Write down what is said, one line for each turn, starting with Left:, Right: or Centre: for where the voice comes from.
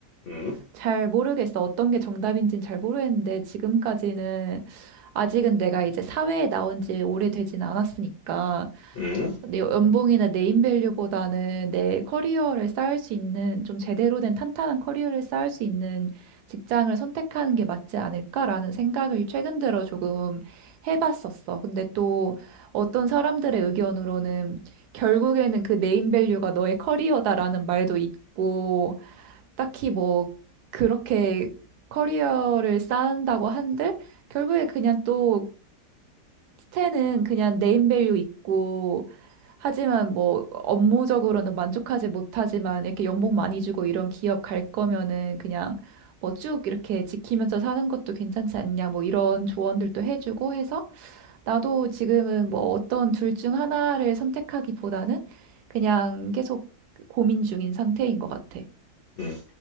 Left: 음,
Right: 잘 모르겠어. 어떤 게 정답인지는 잘 모르겠는데 지금까지는 아직은 내가 이제 사회에 나온 지 오래되진 않았으니까
Left: 음,
Right: 내 연봉이나 네임밸류보다는 내 커리어를 쌓을 수 있는 좀 제대로 된 탄탄한 커리어를 쌓을 수 있는 직장을 선택하는 게 맞지 않을까라는 생각을 최근 들어 조금 해봤었어. 근데 또 어떤 사람들의 의견으로는 결국에는 그 네임밸류가 너의 커리어다라는 말도 있고 딱히 뭐 그렇게 커리어를 쌓는다고 한들 결국에 그냥 또 끝에는 그냥 네임밸류 있고 하지만 뭐 업무적으로는 만족하지 못하지만 이렇게 연봉 많이 주고 이런 기업 갈 거면은 그냥 뭐 쭉 이렇게 지키면서 사는 것도 괜찮지 않냐 뭐 이런 조언들도 해주고 해서 나도 지금은 뭐 어떤 둘 중 하나를 선택하기보다는 그냥 계속 고민 중인 상태인 것 같아.
Left: 음.